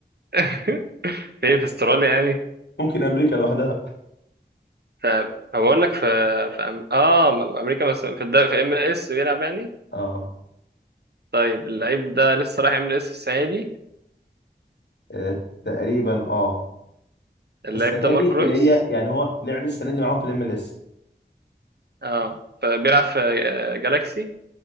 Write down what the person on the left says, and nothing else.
<laughs> ممكن أمريكا لوحدها
اه
آه، تقريبا اه
السنه
دي اللي
هي يعني هو لعب السنه دي معاهم في الام ال اس